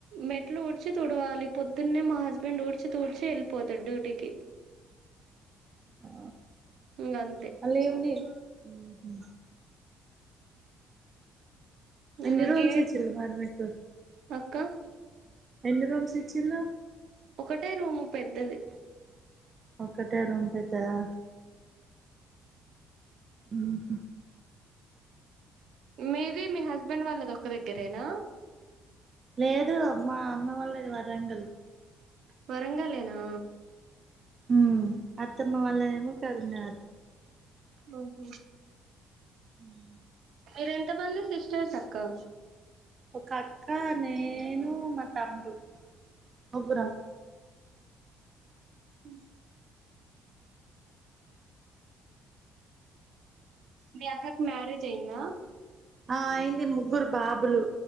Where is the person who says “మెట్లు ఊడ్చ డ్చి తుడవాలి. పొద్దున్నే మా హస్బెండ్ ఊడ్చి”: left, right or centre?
Right